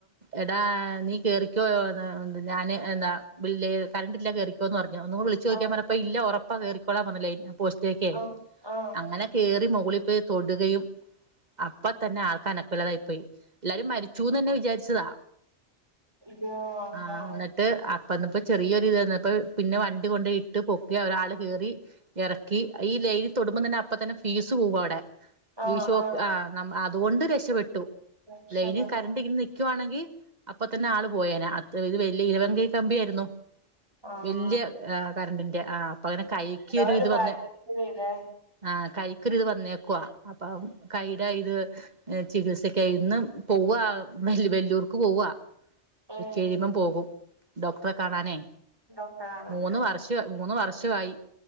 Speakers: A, on the right (about 40°); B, on the right (about 20°).
A: എടാ നീ കേറിക്കോയോന്ന് ഞാന് എന്താ ബേല്ലേ കറണ്ട്ല്ല കേറിക്കോന്ന് പറഞ്ഞ ഒന്ന് വിളിച്ചുക്കാൻ
B: ആഹ്
A: പറഞ്ഞപ്പ ഇല്ല ഉറപ്പാ കേറിക്കൊളാ പറഞ്ഞേ ലൈ പോസ്റ്റിലേക്ക്
B: ആഹ് ആഹ്
A: അങ്ങനെ കേറി മുക മുകളി പോയി തൊടുകയും അപ്പ തന്നെ ആൾക്കനക്കല്ലതായി പോയി. എല്ലാരും മരിച്ചുന്ന്ന്നെ വിചാരിച്ചതാ.
B: അയ്യോ അള്ളാ
A: ആഹ എന്നിട്ട് അപ്പന്നേ ചെറിയൊര് തന്നപ്പോ പിന്നെ വണ്ടി കൊണ്ട് ഇട്ട് പൊക്കി ഒരാൾ കേറി ഇറക്കി. ത് തൊടുമ്പോ തന്നെ അപ്പതന്നെ ഫീസ് പോകും അവിടെ
B: ആഹ്
A: ഈ ഷോക്ക്
B: ആഹ്
A: ആ അതുകൊണ്ട് രക്ഷപെട്ടു.
B: രക്ഷപെ
A: ലൈന് കറണ്ട് ഇങ്ങനെ നിക്കുവാണെങ്കിൽ ഇ അപ്പ തന്നെ ആള് പോയനേ അ ഇത് വലിയ ഇരുവങ്കൈ കമ്പിയ ആയിരുന്നു.
B: ആഹ്
A: വലെയ കറണ്ടിന്റെ ആ അപ്പന്നെ അങ്ങനെ കൈക്ക്
B: ആ
A: ഒരു ഇത്
B: ഭാഗ്യത്തിനില്ലേ
A: വന്ന് ആ കൈക്കൊര് ഇത് വന്നേക്കവാ അപ്പൊ കൈടെ ഇത്, ചികിത്സക്കയിന്ന് പോവ വല്ലൂർക്ക് പോവ.
B: ഏഹ്
A: ഇച്ചിഴിയുമ്പം പോകും ഡോക്ടറെ കാണാനേ
B: ഡോക്ടറാണല്ലേ
A: മൂന്ന്
B: ആഹ്
A: വർഷ മൂന്ന് വർഷമായി